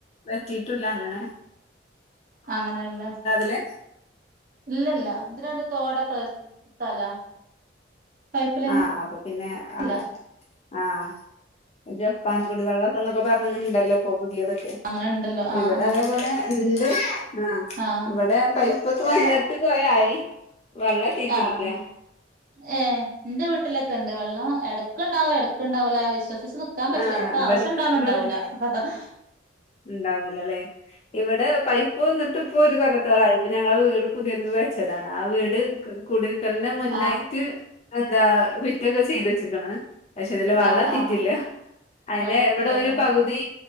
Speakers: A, on the left; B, on the right.
A: പറ്റിട്ടുല്ല അങ്ങനെ
B: അങ്ങനെയല്ലേ
A: എ
B: ഇല്ലല്ല ഇത് രണ്ട് തോടക്കള്ള സ്ഥലാ പൈപ്പ് ലൈൻ
A: ആഹ് അപ്പൊ പിന്നെ ആഹ്
B: ഇല്ല
A: ആഹ് ജപ്പാൻ കുടി വെള്ളം എന്നൊക്കെ പറഞ്ഞങ്ങനെണ്ടല്ലോ ഇപ്പൊ പുതിയതൊക്കെ
B: അങ്ങനെ ഉണ്ടല്ലോ ആഹ്
A: ഇവിടെ അതേപോലെ ണ്ട് ആ
B: ആഹ് ആഹ്
A: ഇവിടെ പൈപ്പൊക്കെ വന്നിട്ട് കൊറേയായി വെള്ളെത്തീട്ടില്ല
B: ആഹ് ഏ എന്റെ വീട്ടിലൊക്കെ ഉണ്ട് വെള്ളം എടക്കണ്ടാവും എടക്കണ്ടാവൂല്ല വിശ്വ ഒരീസം നിക്കാൻ പറ്റൂല
A: ആഹ്
B: നമ്മുക്ക്
A: ഇബട്ക്ക്
B: ആവശ്യംണ്ടാവുമ്പണ്ടാവൂല
A: ഇബട്ക്ക്
B: ല ഹ ഹ ഹ
A: ഇണ്ടാവൂലല്ലേ ഇവിടെ പൈപ്പ് വന്നിട്ട ഇപ്പൊ ഒരു കൊല്ലത്തോളായി ഇപ്പ ഞങ്ങള് വീട് പുതിയത് വെച്ചതാണ് ആ വീട് കുടരിക്കലിന് മുന്നായിട്ട്
B: ആഹ്
A: എന്താ ഫിറ്റൊക്കെ ചെയ്ത് വെച്ച്ക്കണ് പക്ഷെ ഇതില് വെള്ളം
B: ആഹ്
A: എത്തീറ്റില്ല
B: ആഹ്
A: അയ്ന്
B: വെള്ളത്തിലല്ലേ
A: ഇവിടെ ഒരു പകുതി